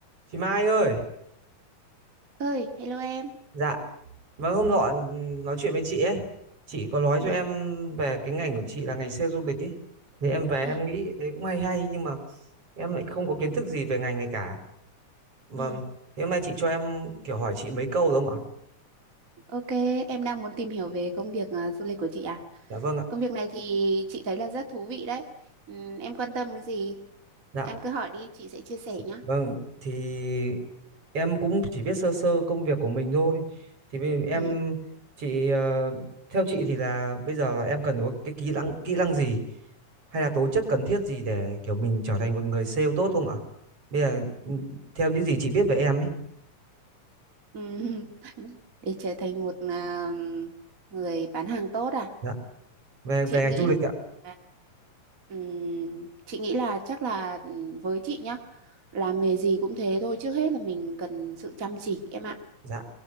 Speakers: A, on the right; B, on the right.
A: Chị Mai anh ơi,
B: ơi hello em
A: dạ, vâng hôm nọ ừm, nói chuyện với chị ấy, chị có nói
B: ừ
A: cho em về cái ngành của chị là ngành sale du lịch ấy, thì em về
B: ừ
A: em nghĩ thế cũng hay hay nhưng mà em lại không có kiến thức gì về ngành này cả, vâng,
B: ừ
A: thế hôm nay chị cho em kiểu hỏi chị mấy câu đúng không ạ?
B: ok em đang muốn tìm hiểu về công việc à, du lịch của chị à
A: Dạ vâng ạ,
B: công việc này thì chị thấy là rất thú vị đấy ừ, em quan tâm cái gì
A: dạ,
B: em cứ hỏi đi chị sẽ chia sẻ
A: Chị-
B: nhá
A: Vâng, thì em cũng chỉ biết sơ sơ công việc của mình thôi. Thì bây- em
B: ừ
A: chị ờ, theo chị thì là bây giờ là em cần có cái kỹ năng kỹ năng gì hay là tố chất cần thiết gì để kiểu mình trở thành một người sale tốt không ạ? Bây giờ ừ, theo những gì chị biết về em ấy,
B: ừ <laughs> để trở thành một à, người bán hàng tốt à
A: dạ, về
B: chị
A: về ngành
B: nghĩ
A: du lịch
B: là
A: ạ.
B: à, ừm, chị nghĩ là chắc là ừm, với chị nhá làm nghề gì cũng thế thôi trước hết là mình cần sự chăm chỉ em ạ
A: Dạ,